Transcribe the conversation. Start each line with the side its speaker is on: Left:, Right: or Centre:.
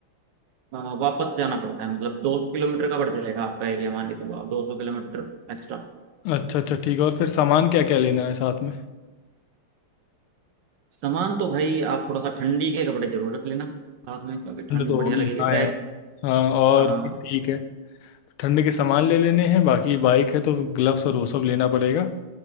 Right: आ, वापस जाना पड़ता है मतलब 200 किलोमीटर का बढ़ जाएगा आपका एरिया मान के चलो आप 200 किलोमीटर एक्स्ट्रा
Left: अच्छा अच्छा ठीक है और फिर सामान क्या क्या लेना है साथ में
Right: सामान तो भाई आप थोड़ा सा ठंडी के कपड़े जरूर रख लेना साथ में क्योंकि
Left: ठंड
Right: ठंड
Left: तो
Right: बढ़िया
Left: होगी
Right: लगेगी
Left: हाँ
Right: ट्रैक
Left: यार हाँ और
Right: हाँ
Left: फिर ठीक है ठंड के सामान ले लेने हैं बाकी बाइक है तो ग्लव्स और वो सब लेना पड़ेगा